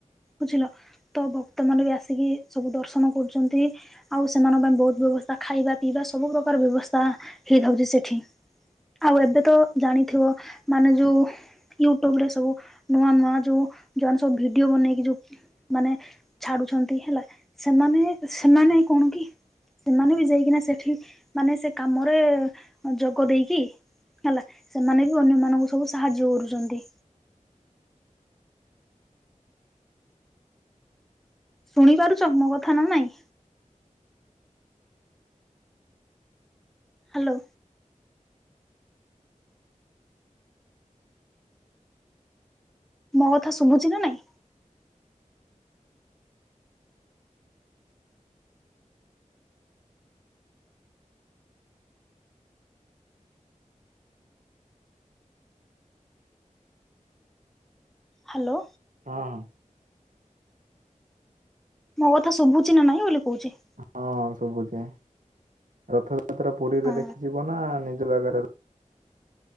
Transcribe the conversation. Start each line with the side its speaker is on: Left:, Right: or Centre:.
Centre: ବୁଝିଲ। ତ ଭକ୍ତ ମାନେ ବି ଆସିକି ସବୁ ଦର୍ଶନ କରୁଚନ୍ତି। ଆଉ ସେମାନଙ୍କ ପାଇଁ ବହୁତ ବ୍ୟବସ୍ଥା ଖାଇବା ପିଇବା ସବୁ ପ୍ରକାର ବ୍ୟବସ୍ଥା ହେଇଥାଉଚି ସେଠି। ଆଉ ଏବେ ତ ଜାଣିଥିବ ମାନେ ଯୋଉ ୟୁଟ୍ୟୁବରେ ସବୁ ନୂଆ ନୂଆ ଯୋଉ ଜୋନ୍ ସବୁ ଭିଡିଓ ବନେଇକି ଯୋଉ ମାନେ ଛାଡୁଛନ୍ତି ହେଲା ସେମାନେ ସେମାନେ କଣ କି। ସେମାନେ ବି ଯାଇକି ନା ସେଠି ମାନେ ସେ କାମରେ ଯୋଗ ଦେଇକି। ହେଲା ସେମାନେ ବି ଅନ୍ୟମାନଙ୍କୁ ସବୁ ସାହାଯ୍ୟ କରୁଚନ୍ତି। ଶୁଣି ପାରୁଚ ମୋ କଥା ନା ନାଇଁ? ହାଲୋ। ମୋ କଥା ଶୁଭୁଚି ନା ନାଇଁ। ହ୍ୟାଲୋ।
Right: ହଁ।
Centre: ମୋ କଥା ଶୁଭୁଚି ନା ନାହିଁ ବୋଲି କୋଉଚି।
Right: ହଁ ଶୁବୁଚି ରଥଯାତ୍ରା ପୁରୀରେ
Centre: ହଁ
Right: ଦେଖିଯିବ ନା ନିଜ ଜାଗାରେ